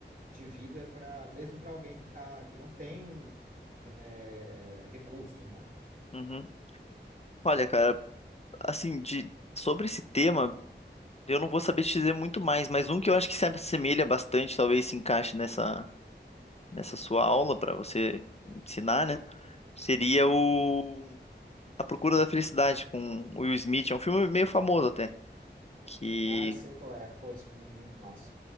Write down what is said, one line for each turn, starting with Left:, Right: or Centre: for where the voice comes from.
Right: de vida para mesmo para alguém que tá, que não tem é, recursos, né?
Left: uhum. Olha, cara, assim, de sobre esse tema, eu não vou saber te dizer muito mais, mas um que eu acho que se assemelha bastante, talvez se encaixe nessa nessa sua aula para você ensinar, né? Seria o A Procura da Felicidade com o Will Smith, é um filme meio famoso até, que
Right: Ah, eu sei qual é. Pô, esse filme é muito massa.